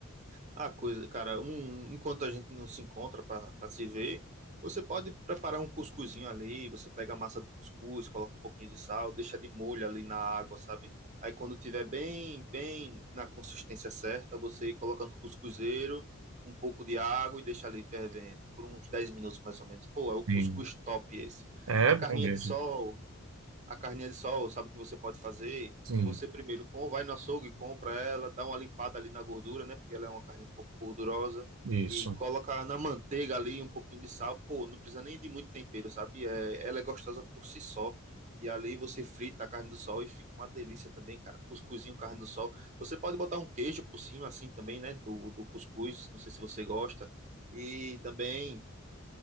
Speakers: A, on the right; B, on the right.
A: A coisa, cara, um, enquanto a gente não se encontra para se ver, você pode preparar um cuscuzinho ali, você pega a massa do cuscuz, coloca um pouquinho de sal, deixa de molho ali na água, sabe? Aí quando tiver bem, bem na consistência certa, você coloca no cuscuzeiro um pouco de água e deixa ali fervendo por uns 10 minutos mais ou menos. Pô, é o cuscuz
B: Sim.
A: top esse.
B: É
A: A carninha
B: bom mesmo.
A: de sol a carninha de sol, sabe o que você pode fazer?
B: Sim,
A: Você primeiro com, vai no açougue, compra ela, dá uma limpada ali na gordura, né? Porque ela é uma carne um pouco gordurosa.
B: isso.
A: E coloca na manteiga ali um pouquinho de sal. Pô, não precisa nem de muito tempero, sabe? É, ela é gostosa por si só. E ali você frita a carne do sol e fica uma delícia também, cara. Cuscuzinho, carne do sol. Você pode botar um queijo por cima, assim também, né? Do, do cuscuz. Não sei se você gosta. E também